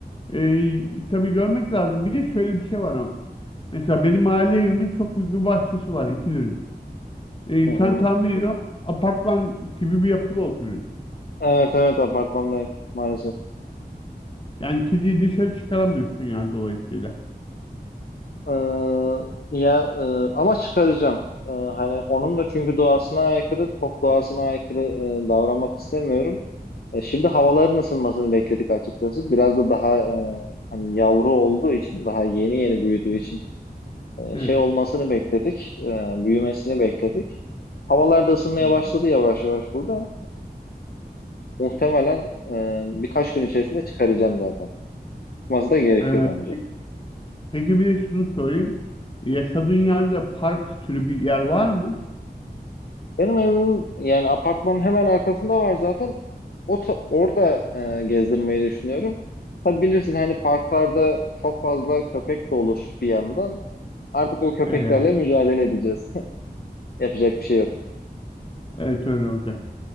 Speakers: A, on the left (about 30°); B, on the left (about 65°).
A: e, tabii görmek lazım. Bir de şöyle bir şey var ama. Mesela benim aile evimin çok büyük bir bahçesi var iki dönüm. E,
B: Hı hı.
A: sen tahmin ediyorum apartman gibi bir yapıda oturuyorsun.
B: Evet evet apartmandayım maalesef.
A: Yani kediyi dışarı çıkaramıyorsun yani dolayısıyla.
B: E, ya e, ama çıkaracağım. E, hani onun da çünkü doğasına aykırı, çok doğasına aykırı e, davranmak istemiyorum. E, şimdi havaların ısınmasını bekledik açıkçası. Biraz da daha e, hani yavru olduğu için, daha yeni yeni büyüdüğü için e,
A: Evet.
B: şey olmasını bekledik, e, büyümesini bekledik. Havalar da ısınmaya
A: Hı hı.
B: başladı yavaş yavaş burada. E, muhtemelen e, birkaç gün içerisinde çıkaracağım zaten. Çıkması da gerekiyor
A: E,
B: bence.
A: pe- peki bir de şunu sorayım. Yaşadığın yerde park türü bir yer var mı?
B: Benim evimin yani apartmanın hemen arkasında var zaten. O ta- orada e, gezdirmeyi düşünüyorum. Tabii bilirsin hani parklarda çok fazla köpek de olur bir yandan. Artık o köpeklerle
A: E, yani,
B: mücadele edeceğiz. <laughs> Yapacak bir şey yok.
A: evet öyle olacak.